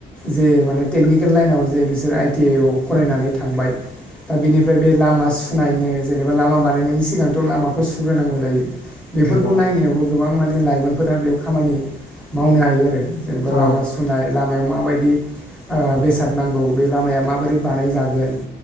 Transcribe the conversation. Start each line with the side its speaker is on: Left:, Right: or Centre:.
Centre: जे माने टेकनिकेल लायेनाव जे बिसोर आइ टि आइ आव फरायनानै थांबाय। दा बेनिफ्राय बे लामा सुनायनो जेनोबा लामा बानायनायनि सिगांथ' लामा खौ सुग्रोनांगौ जायो। बेफोरखौ
Left: नंगौ
Centre: नायनायावबो गोबां माने लाइमोनफोरा बेयाव खामानि मावनो हायो आरो। जेनोबा
Left: औ
Centre: लामा सुनाय लामायाव माबायदि ओ बेसाद नांगौ बे लामाया माबोरै बानायजागोन
Left: औ